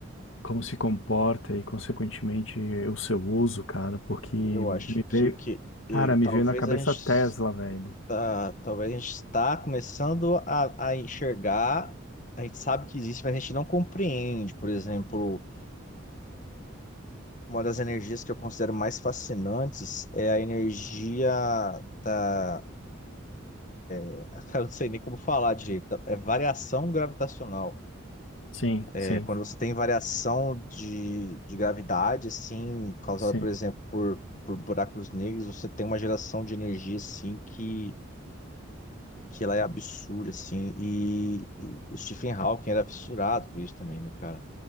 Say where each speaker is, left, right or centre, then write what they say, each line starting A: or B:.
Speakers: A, on the left; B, on the left.
A: como se comporta e, consequentemente, o seu uso, cara? Porque me
B: Eu acho que,
A: veio
B: que
A: Cara,
B: eh,
A: me
B: talvez
A: veio na cabeça
B: a gente
A: Tesla, velho.
B: está, talvez a gente está começando a, a enxergar, a gente sabe que existe, mas a gente não compreende. Por exemplo, uma das energias que eu considero mais fascinantes é a energia da, <laughs> eu não sei nem como falar direito, é variação gravitacional.
A: Sim,
B: É
A: sim,
B: quando você tem variação de, de gravidade, assim, causada,
A: sim.
B: por exemplo, por, por buracos negros, você tem uma geração de energia, assim, que que ela é absurda, assim. E, e o Stephen Hawking era fissurado por isso também, né, cara?